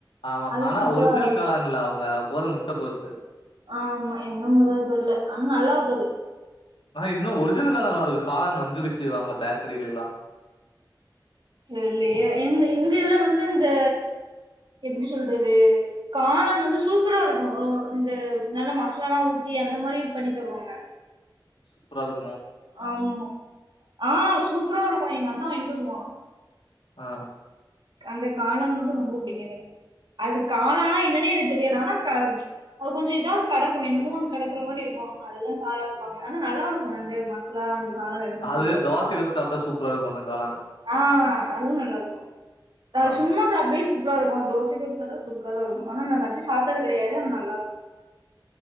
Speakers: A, on the left; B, on the right.
A: ஆமா
B: அது
A: ஆனா
B: சூப்பரா
A: ஒரிஜினல்
B: இருக்கு
A: காலான்ல்ல அவுங்க போட்றது முட்டகோசு
B: ஆ ஆமா இன்னுமுதா தெர்ல ஆனா நல்லா இருக்கு அது
A: ஆனா இன்னு ஒரிஜினல் காளான் நல்லா இருக்கு காளான் மஞ்சூரி செய்வாங்களே பேக்கரியிலல்லா
B: தெர்லயே எங்க எங்க இதுல வந்து இந்த எப்டி சொல்றது காளான் வந்து சூப்பரா இருக்கு இந்த நல்ல மசாலல்லா ஊத்தி அந் அந்த மாரி பண்ணி தருவாங்க
A: சூப்பறா இருக்கு
B: ஆமா ஆ சூப்பரா இருக்கும் எங்க அண்ண வாங்கிட்டு வருவா
A: அ
B: அந்த காளான் மட்டு ரொம்ப புடிக்கு எனக்கு அது காளானா என்னன்னே எனக்கு தெரியாது ஆனா கா அது கொஞ்சொ இதாவ்து கெடக்கு என்னமோனு கெடக்குற மாரி இருக்கு அதெல்லா காளாம்பாங்க ஆனா நல்லா இருக்கு அந்த மசா லா அந்த காளான் எல்லா
A: அது
B: சூப்பரா இருக்குப்பா
A: தோசைக்கு ஊத்தி சாப்ட்டா சூப்பரா இருக்கு அந்த காளான
B: ஆ அதுவு நல்லா இருக்கு அ
A: ஆமா.
B: சும்மா சாப்டே சூப்பரா இருக்கு தோசைக்கு வச்சாலு சூப்பரா தா இருக்கு ஆனா நா வச்சு சாப்ட்டது கெடையாது ஆனா நல்லா இருக்கு <inaudible>